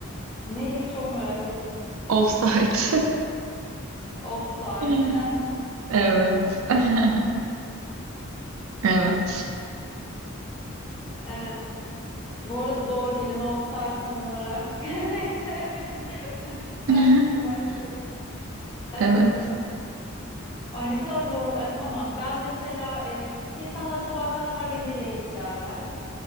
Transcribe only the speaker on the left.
Neydi çok merak ettim.
Offside. <laughs>
Ee, bu arada doğru bilin offside tam olarak. <laughs> Neyse. <laughs>
Ben şimdi başlıyorum. Ee,
ay ne kadar zor. Ee, tamam. Ben mesela e, insanlar sabah kalkar ve nereye giderler?